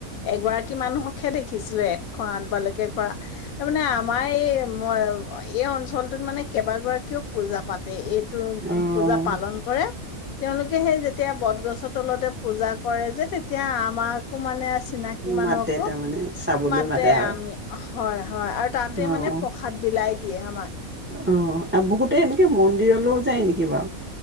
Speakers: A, on the left; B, on the right.
A: এগৰাকী মানুহকহে দেখিছিলো এশ আঠবালৈকে কৰা তাৰমানানে আমাৰ এই এই অঞ্চলটোত মানে কেইবাগৰাকীও পূজা পাতে এই
B: অ',
A: পূজা পালন কৰে তেওঁলোকে সেই যেতিয়া বটগছৰ তলতে পূজা কৰে যে তেতিয়া আমাকো চিনাকি মানুহকো
B: মাতে তাৰমানে চাবলৈ
A: মাতে
B: আৰু।
A: আমি হয়। হয় আৰু তাতে
B: অ',
A: মানে প্ৰসাদ বিলাই দিয়ে আমাক
B: অ আৰু বহুতে এনেকে মন্দিৰলৈও যায় নেকি বাৰু?